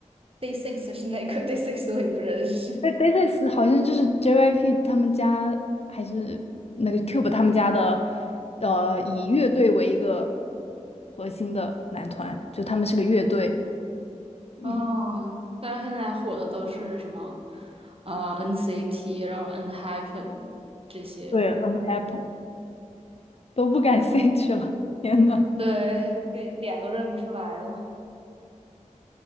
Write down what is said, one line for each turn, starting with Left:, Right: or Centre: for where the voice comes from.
Right: Day Six 是哪个 <laughs>？Day Six 我也不认识。
Left: 对 Day Six 好像就是 JYP 他们家还是那个 Cube 他们家的，呃，以乐队为一个核心的男团，就他们是个乐队。嗯，
Right: 哦，但是现在火的都是什么？啊、n c t 然后 N-Happen 这些。
Left: 对，Unhappy。都不感兴趣了。天呐，
Right: 对，脸脸都认不出来了。